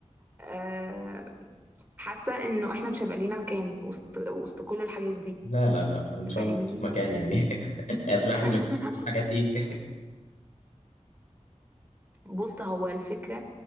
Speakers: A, on the right; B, on the left.
A: آه حاسه انه احنا مش هيبقى لينا مكان وسط وسط كل الحاجات دي
B: لا لا لا ان
A: فاهمني
B: شاء الله في مكان يعني <laughs> يصلحني
A: <laughs>
B: للحاجات دي
A: بص هو الفكرة